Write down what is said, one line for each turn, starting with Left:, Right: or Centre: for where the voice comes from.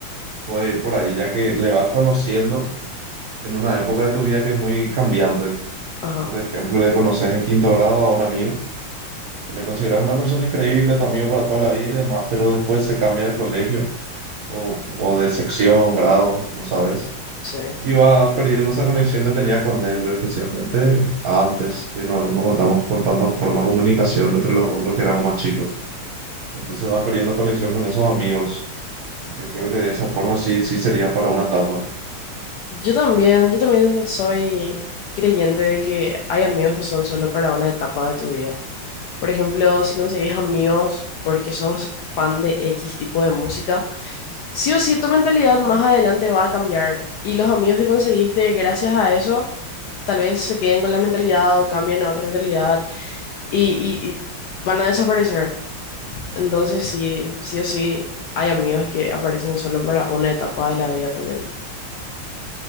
Right: puede ir por ahí, ya que le vas conociendo en una época de tu vida que es muy cambiante.
Left: Ajá,
Right: Por ejemplo, le conoces en quinto grado a un amigo, que le consideras una persona increíble, a tu amigo para toda la vida y demás, pero después se cambia de colegio o, o de sección, grado, no sabes.
Left: sí.
Right: Y vas perdiendo esa conexión que tenías con él, especialmente antes, que no, no contamos con tanta forma de comunicación entre los, los que éramos más chicos. Entonces vas perdiendo conexión con esos amigos Yo creo que de esa forma sí, sí sería para una tapa.
Left: Yo también, yo también soy creyente de que hay amigos que son solo para una etapa de tu vida. Por ejemplo, si conseguís amigos porque sos fan de X tipo de música, sí o sí tu mentalidad
Right: Ah,
Left: más adelante va a cambiar y los amigos que conseguiste gracias a eso tal vez se queden con la mentalidad o cambien a otra mentalidad y, y- y van a desaparecer. Entonces sí, sí o sí hay amigos que aparecen solo para una etapa de la vida también.